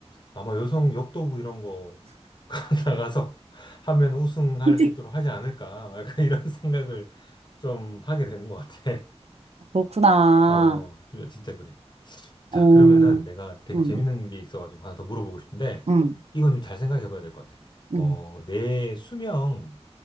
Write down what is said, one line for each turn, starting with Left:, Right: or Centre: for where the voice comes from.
Left: 아마 여성 역도부 이런 거 <laughs> 나가서 하면 우승할
Right: <laughs>
Left: 수 있도록 하지 않을까? 막 약간 이런 <laughs> 생각을 좀 하게 되는 것 같아.
Right: 그렇구나.
Left: <laughs> 어, 좀 진짜 그래. 자,
Right: 어,
Left: 그러면은 내가 되게
Right: 음,
Left: 재밌는 게 있어가지고 하나 더 물어보고 싶은데,
Right: 음,
Left: 이건 좀 잘 생각해 봐야 될 것 같아. 어,
Right: 음,
Left: 내 수명